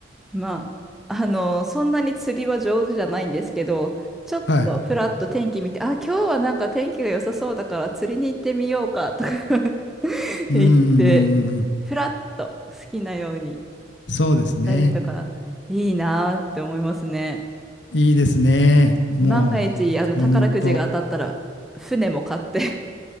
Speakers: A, in the centre; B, on the left (about 70°).
A: まあ、あの、そんなに釣りは上手じゃないんですけど、ちょっとふらっと天気見て、
B: はい。
A: あ、今日はなんか天気が良さそうだから釣りに行ってみようかとか <laughs>
B: うんうんうんん。
A: 言って、ふらっと好きなようにし
B: そうですね。
A: たりとか、いいなーって思いますね。
B: いいですね。もう、
A: 万が一、あの、宝くじが当たったら、
B: ほんと。
A: 船も買って